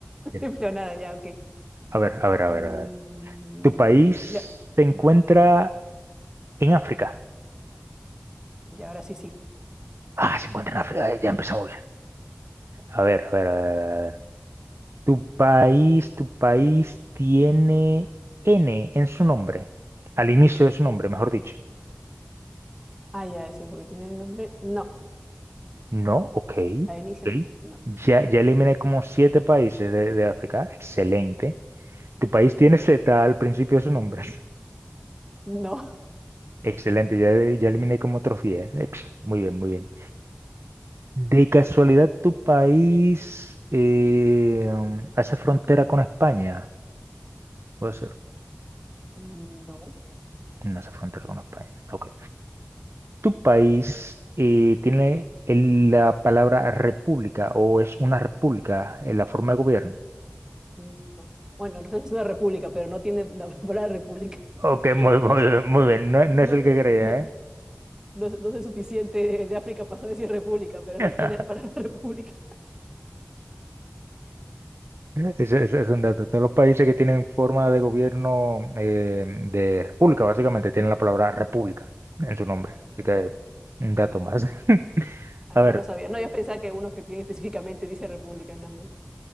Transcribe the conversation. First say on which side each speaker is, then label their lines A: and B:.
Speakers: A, on the right; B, on the right.
A: bien.
B: ya. <laughs> nada ya, ok.
A: A ver, a ver, a
B: Mm,
A: ver, a ver. ¿Tu país
B: ya,
A: se encuentra
B: ya,
A: en África?
B: ya, ahora sí, sí.
A: Ah, se encuentra en África. Ya empezamos bien.
B: Ya.
A: A ver, a ver, a ver. Tu país, tu país tiene N en su nombre, al inicio de su nombre, mejor dicho.
B: Ah, ya decía, porque tiene nombre. No,
A: No, ok,
B: al inicio
A: ok.
B: no, no,
A: Ya, ya eliminé como siete países de, de África. Excelente. Tu país tiene Z al principio de su nombre.
B: no,
A: <laughs> Excelente, ya, ya eliminé como otros 10. Ex- Muy bien, muy bien. De casualidad, ¿tu país eh, hace frontera con España? Puede ser.
B: <laughs> no,
A: No hace frontera con España. ok. ¿Tu país eh, tiene el- la palabra república o es una república en la forma de gobierno?
B: no. Bueno, no sé si es una república, pero no tiene la palabra república. <laughs>
A: Ok, muy, muy,
B: No sé,
A: muy bien, no, no
B: no,
A: es el que creía,
B: no,
A: ¿eh?
B: no, sé no sé suficiente de, de África para saber si es república, pero
A: <laughs>
B: no tiene la palabra <laughs> república.
A: Ese- ese es un dato. Todos los países que tienen forma de gobierno eh, de república, básicamente, tienen la palabra república en su nombre.
B: Ay, entonces
A: Así que
B: no, no.
A: un dato más. <laughs>
B: Ah,
A: A
B: no,
A: ver,
B: no sabía. No, yo pensaba que unos que tienen específicamente dice República. No, no, no.